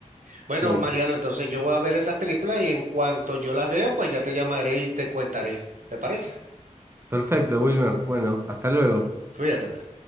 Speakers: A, on the right (about 75°); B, on the right (about 20°).
A: Bueno,
B: sí.
A: Mariano, entonces yo voy a ver esas películas y en cuanto yo las vea, pues ya te llamaré y te contaré. ¿Te parece?
B: Perfecto, Wilmer. Bueno, hasta luego.
A: Cuídate. pues.